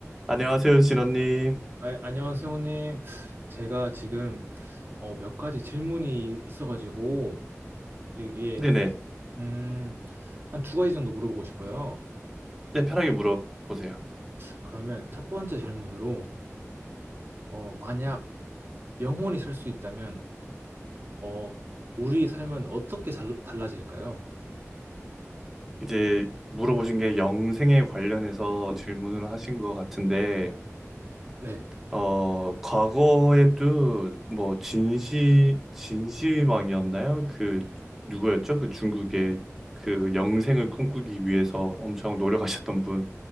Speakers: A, in the centre; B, on the right.
A: 안녕하세요, 진원님.
B: 아, 안녕하세요, 형님. 제가 지금 어, 몇 가지 질문이 있어가지고 이게
A: 네네.
B: 음, 한 두 가지 정도 물어보고 싶어요.
A: 네, 편하게 물어보세요.
B: 그러면 첫 번째 질문으로 어, 만약 영원히 살 수 있다면 어, 우리 삶은 어떻게 잘, 달라질까요?
A: 이제 물어보신 게 영생에 관련해서 질문을 하신 것 같은데,
B: 네.
A: 어, 과거에도 뭐 진시, 진시황이었나요? 그, 누구였죠? 그 중국의 그 영생을 꿈꾸기 위해서 엄청 노력하셨던 분.